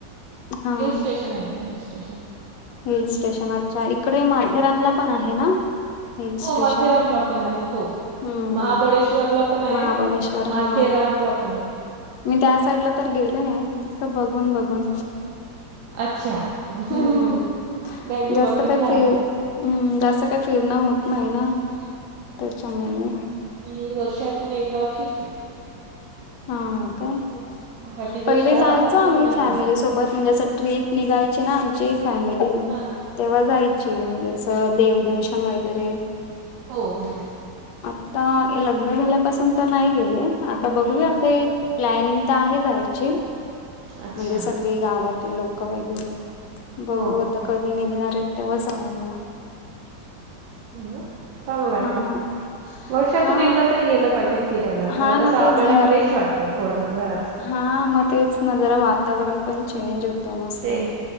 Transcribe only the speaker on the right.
हिल स्टेशन आहे हिल स्टेशन
हो
माथेरानला पण आहे हो
महाबळेश्वरला पण आहे
माथेरानला
पण आहे
अच्छा नाही
मी
बघितलं
आहे.
मग मी वर्षातून एकदा फिरते.
बाकी दिवस
शाळा
राहतात
ना मुलांच्या
हा हा
हो हो.
अच्छा
हो हो
हो चांगला आहे
ना वर्षातून
एकदा तरी गेलं पाहिजे फिरायला
तर कसं
आपल्याला
फ्रेश वाटते थोडं घरात
चेंज